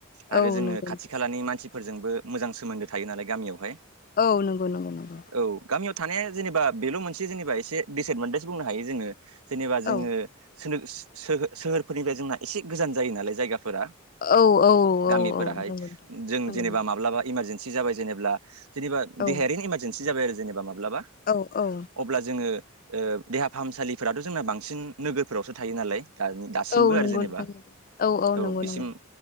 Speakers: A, on the right; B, on the left.
A: आरो
B: औ
A: जोङो
B: नंगौ
A: खाथि खा। <unintelligible> खोलानि मानसिफोरजोंबो मोजां सोमोन्दो थायो नालाय गामियावहाय।
B: औ नोंगौ नोंगौ नंगौ।
A: औ गामियाव थानाया जेनेबा बेल मोनसे जेनेबा एसे बेसेदमोबैसे बुंनो हायो जोङो। जेनेबा जोङो
B: औ
A: सोनोगोस सोहो सोहोरफोरनिफ्राय जोंना एसे गोजान जायो नालाय जायगाफोरा।
B: औ औ औ
A: गामिफोराहाय
B: औ नंगौ। <unintelligible>
A: जों जेनेबा
B: नंगौ
A: माब्लाबा इमारजेनन्सि जाबाय जेनेब्ला जेनिबा
B: औ
A: देहायारिनि इमार। जेन्सि जाबाय आरो जेनेबा माब्लाबा।
B: औ औ।
A: अब्ला जोङो ओ देहा फाहामसालिफोराद जोंना बांसिन नोगोरफोरावसो थायो नालाय दानि दा। सिमबो
B: औ नंगौ
A: आरो जेनेबा
B: नोंथां नंगौ
A: औ
B: नंगौ
A: बिसिम
B: नंगौ